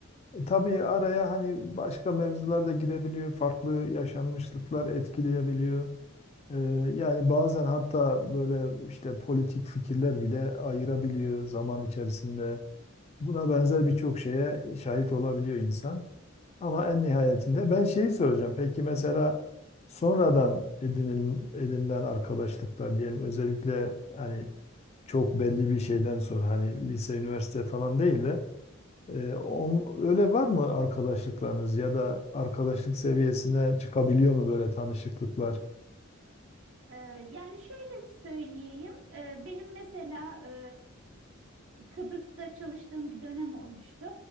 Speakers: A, on the left (about 30°); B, on the right (about 65°).
A: E, tabii araya hani başka mevzular da girebiliyor. Farklı yaşanmışlıklar etkileyebiliyor. Ee, Yani bazen hatta böyle işte politik fikirler bile ayırabiliyor zaman içerisinde. Buna benzer birçok şeye şahit olabiliyor insan. Ama
B: Doğru
A: en nihayetinde
B: söylüyorsun.
A: ben şeyi soracağım. Peki mesela sonradan edinilen, edinilen arkadaşlıklar diyelim özellikle hani çok belli bir şeyden sonra hani lise, üniversite falan değil de e, on, öyle var mı arkadaşlıklarınız ya da arkadaşlık seviyesine çıkabiliyor mu böyle tanışıklıklar?
B: Ee, yani şöyle söyleyeyim, Ee, benim mesela e, Kıbrıs'ta çalıştığım bir dönem olmuştu.